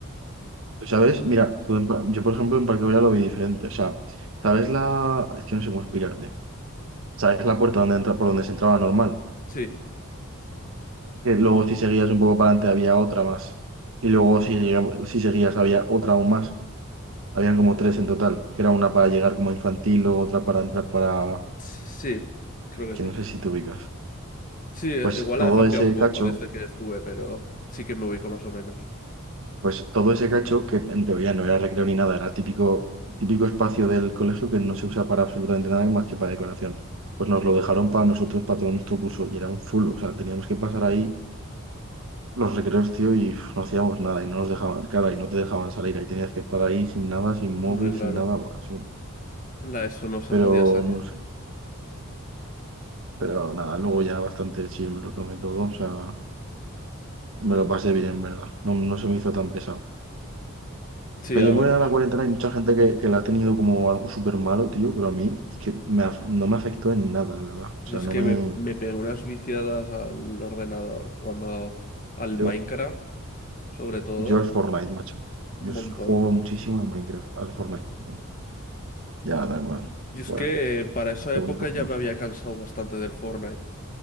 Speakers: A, on the right (about 65°); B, on the left (about 40°).
A: ¿Sabes? Mira, tú en Pa- yo por ejemplo en Parque Güell lo vi diferente. O sea, ¿sabes la...? Es que no sé cómo explicarte. ¿Sabes la puerta donde entra, por donde se entraba normal?
B: Sí,
A: Que luego si seguías un poco para adelante había otra más. Y luego si, llega- si seguías había otra aún más. Habían como tres en total. Que era una para llegar como infantil, luego otra para entrar para...
B: sí, creo
A: Que
B: que
A: no
B: sí.
A: sé si te ubicas.
B: Sí, eh,
A: Pues
B: igual
A: todo
B: ha cambiado
A: ese
B: un poco
A: cacho
B: desde que estuve, pero sí que me ubico más o menos.
A: Pues todo ese cacho, que en teoría no era recreo ni nada, era típico, típico espacio del colegio que no se usa para absolutamente nada más que para decoración. Pues nos
B: Sí,
A: lo dejaron para nosotros, para todo nuestro curso, y era un zulo. O sea, teníamos que pasar ahí los recreos, tío, y uf, no hacíamos nada, y no nos dejaban, claro, y no te dejaban salir, ahí tenías que estar ahí sin nada, sin móvil,
B: hombre, claro.
A: sin nada, buah, eso-
B: La ESO no se
A: pero
B: podía salir.
A: no sé. Pero nada, luego ya bastante sí, me lo tomé todo, o sea, me lo pasé bien, en verdad. No, no se me hizo tan pesado.
B: Sí,
A: sea,
B: a
A: yo
B: ver.
A: me voy a la cuarentena, y hay mucha gente que, que la ha tenido como algo súper malo, tío, pero a mí es que me af- no me afectó en nada, de verdad. O
B: Yo
A: sea,
B: es
A: no
B: que
A: me...
B: me, me pegué unas viciadas al ordenador jugando al Minecraft,
A: Yo,
B: sobre todo,
A: yo al Fortnite, macho.
B: un
A: Yo s-
B: montón.
A: juego muchísimo en Minecraft, al Fortnite, perdón. Ya, da igual.
B: Yo es
A: Joder,
B: que eh, para esa
A: lo
B: época
A: único
B: ya
A: bueno.
B: me había cansado bastante del Fortnite.